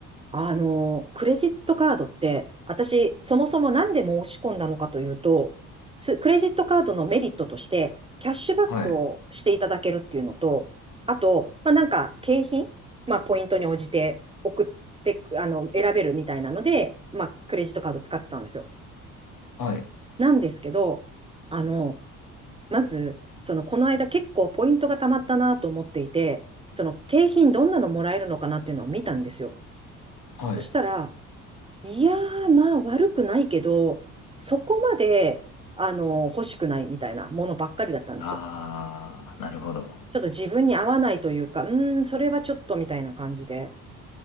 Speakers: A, on the right; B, on the left.
A: あの、クレジットカードって、私、そもそもなんで申し込んだのかというと、すクレジットカードのメリットとして、キャッシュバックをしていただけるっていうのと、
B: はい。
A: あと、まあ、なんか、景品、まあ、ポイントに応じて送って、あの、選べるみたいなので、まあ、クレジットカード使ってたんですよ。
B: はい。
A: なんですけど、あの、まず、その、この間結構ポイントがたまったなと思っていて、その、景品どんなのもらえるのかなっていうのを見たんですよ。
B: はい。
A: そしたら、いやー、まあ悪くないけど、そこまで、あの、欲しくないみたいなものばっかりだったんですよ。
B: あー、なるほど。
A: ちょっと自分に合わないというか、うーん、それはちょっとみたいな感じで。